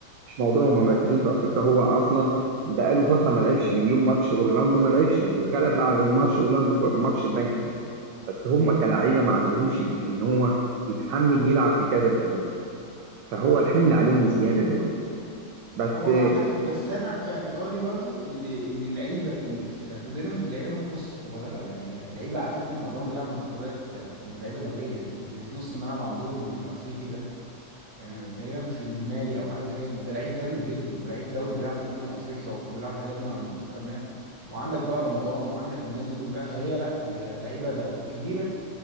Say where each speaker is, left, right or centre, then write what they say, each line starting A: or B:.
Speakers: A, on the right (about 70°); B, on the right (about 45°).
A: مش موضوع هم مركزين في افريقيا هو اصلا بقاله فتره ما لعبش من يوم ماتش اورلاندو ما لعبش واتغلب بعد ماتش اورلاندو ب- ماتش البنك الاهلي بس هم كلاعيبه ما عندهمش ال- ان هو يتحمل يلعب في كذا اتجاه فهو الحمل عليهم زياده دلوقتي بس
B: هو انا اعتقد بس انا في اعتقادي برضو اللي اللي اللعيبه اللي في في بيراميدز لعيبه مش صغيره يعني لعيبه على فكره معظمهم بيلعب منتخبات آه، لعيبه دوليه يعني اللي في نص الملعب عندهم الافريقي ده آه، تقريبا في من مالي او حاجه زي كده ده لعيب جامد جدا ولعيب دولي بيلعب في امم افريقيا وبيلعب الحاجات دي مع منتخب مالي وعندك بقى رمضان وعندك الناس دي كلها فهي لا هي لعيبه دو- كبيره